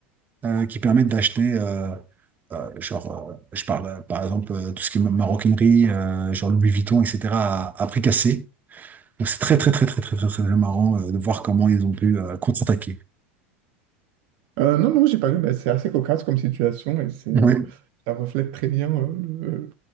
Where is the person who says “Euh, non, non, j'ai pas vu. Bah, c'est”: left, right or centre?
Right